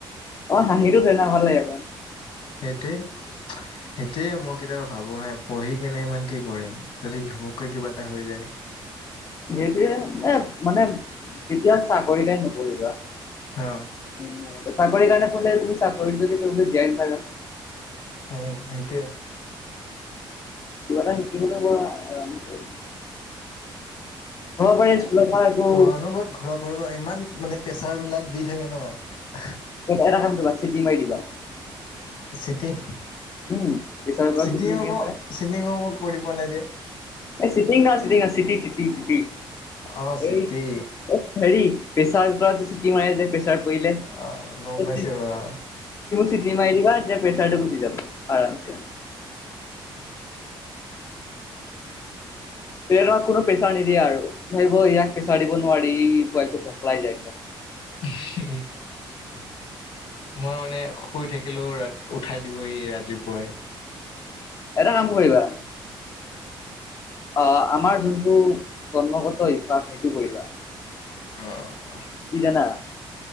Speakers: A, on the left (about 35°); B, on the left (about 75°).
A: অ হাঁহিটো তেনেকোৱা লাগিব
B: সেইটোৱে সেইটোৱে মই কেতিয়াবা ভাবো হা পঢ়ি কেনে ইমান কি কৰিম যদি ঘপককে কিবা এটা হৈ যায়
A: সেইটোয়ে এ মানে কেতিয়া চাকৰিৰ এটা নকৰিবা
B: অ
A: অ মোৰ মতে চাকৰি কাৰনে পঢ়িলে তুমি চাকৰিত যদি কৰিবলে জীয়াই নাথাকা
B: উম সেইটোয়ে
A: কিবা এটা শিকিবলে মোৰ আৰামছে হব পাৰে স্কুলত মই একো
B: তোমাৰ অনবৰত ঘৰৰ পৰা পঢ়বা ইমান মানে প্ৰেছাৰ বিলাক দি থাকে ন
A: এটা কাম কৰিবা চিটিং মাৰি দিবা
B: চিটিং
A: উম প্ৰেছাৰ কুকাৰৰ
B: চিটিং
A: চিটি যেনেকে
B: অক
A: মাৰে
B: চিটিং কৰিব নাযানিম
A: এই চিটিং নহয় চিটিং চিটি চিটি চিটি
B: অ চিটি
A: এই হেৰি প্ৰেচাৰ কুকাৰত যে চিটি মাৰে যে পৰিলে <unintelligible>
B: অ গম পাইছো অ
A: চিটি মাৰি দিবা তেতিয়া পেছাৰটো গুচি যাব আৰাম চে তেতিয়া তোমাক কোনো প্ৰেছাৰ নিদিয়ে আৰু ভাবিব ইয়াক প্ৰেছাৰ দিব নোৱাৰি ই পোৱালিটো পখলাই যায়
B: উম তোমাৰ মানে শুই থাকে থাকিলো ৰা উঠাই দিবহি ৰাতিপুৱাই
A: এটা কাম কৰিবা অ আমাৰ যোনটো জন্মগত অভ্যাস সেইটো কৰিবা
B: অহ
A: কি জানা